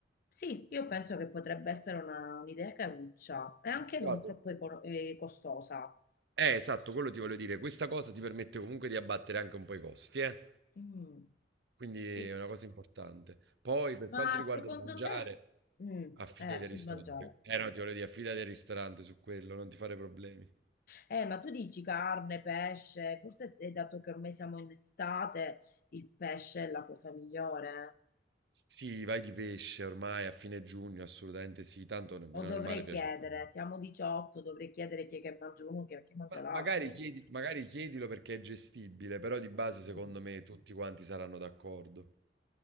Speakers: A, on the left; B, on the right.
A: Sì, io penso che potrebbe essere una- un'idea caruccia e anche non
B: Guarda.
A: troppo econo- eh, costosa.
B: Eh, esatto, quello ti voglio dire, questa cosa ti permette comunque di abbattere anche un po' i costi, eh.
A: Mm,
B: Quindi
A: sì,
B: è una cosa
A: sì.
B: importante. Poi per
A: Ma
B: quanto riguarda
A: secondo
B: il mangiare,
A: te? Mm,
B: affidati
A: eh,
B: al
A: sul
B: ristorante.
A: mangiare.
B: Eh no, ti voglio dire, affidati al ristorante su quello, non ti fare problemi.
A: Eh, ma tu dici carne, pesce, forse se- dato che ormai siamo in estate, il pesce è la cosa migliore. eh?
B: Sì, vai di pesce ormai a fine giugno, assolutamente sì, tanto nel bene
A: O dovrei
B: o nel male piace.
A: chiedere,
B: a tutti.
A: siamo 18, dovrei chiedere chi è che mangia uno, chi è che mangia
B: Ma
A: l'altro.
B: magari chiedi- magari chiedilo perché è gestibile, però di base secondo
A: Mm,
B: me tutti quanti saranno d'accordo.